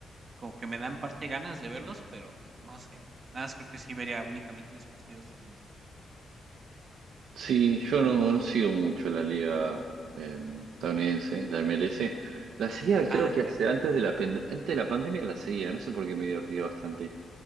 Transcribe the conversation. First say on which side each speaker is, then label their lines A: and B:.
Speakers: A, on the right (about 45°); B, on the right (about 85°).
A: como que me dan parte ganas de verlos, pero no sé. Nada más creo que sí vería únicamente los partidos del Inter.
B: Sí, yo no, no sigo mucho la liga eh, estadounidense, la MLS. La seguía, creo
A: Ándale.
B: que hace- antes de la, pen- antes de la pandemia la seguía, no sé por qué me divertía bastante.